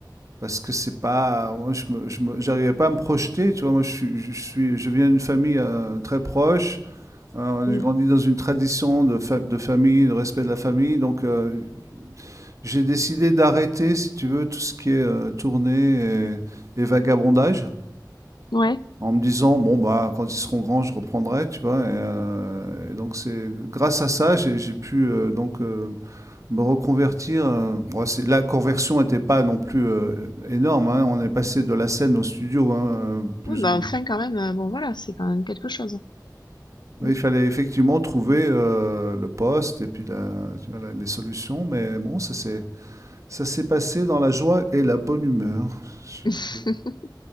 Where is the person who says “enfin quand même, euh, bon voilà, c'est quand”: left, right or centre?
Left